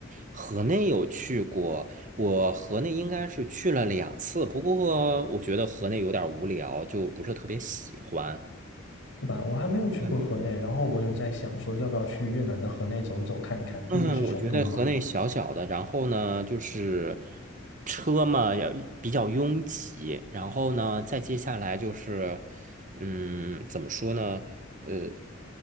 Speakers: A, on the right; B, on the left.
A: 河内有去过，我河内应该是去了两次，不过我觉得河内有点无聊，就不是特别喜欢。
B: 是吧？我还没有去过河内，
A: 对
B: 然后我有在想说，要不要去越南的河内走一走，看一看，毕竟是首都嘛。
A: 嗯，我觉得和那小小的，然后呢，就是车嘛，要比较拥挤，然后呢，再接下来就是，嗯，怎么说呢？呃，